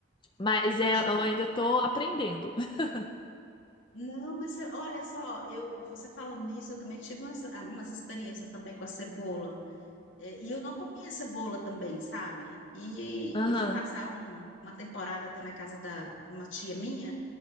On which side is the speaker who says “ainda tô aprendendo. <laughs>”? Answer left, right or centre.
Left